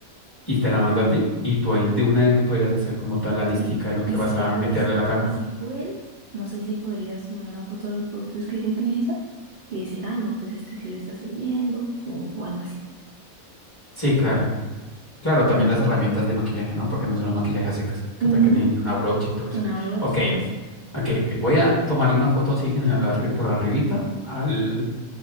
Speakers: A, on the left; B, on the right.
A: y te la mando a ti, y tú ahí de una vez me podrías hacer como tal la listica
B: Sí,
A: de lo que
B: y si
A: vas a
B: algo,
A: meterle
B: y si
A: a la
B: algo,
A: caja.
B: y si puedes, no sé si podrías tomar una foto de los productos que ella utiliza y decir, ah, no, pues este sí le está sirviendo o, o algo así.
A: Sí, claro. Claro, también las herramientas de maquillaje, ¿no? Porque no son los maquillajes a secas, que
B: Ujú,
A: tal que necesita una brocha y todo eso.
B: Una brocha
A: Ok,
B: o algo así.
A: ok, ok. Voy a tomarle una foto así general arri- por arribita al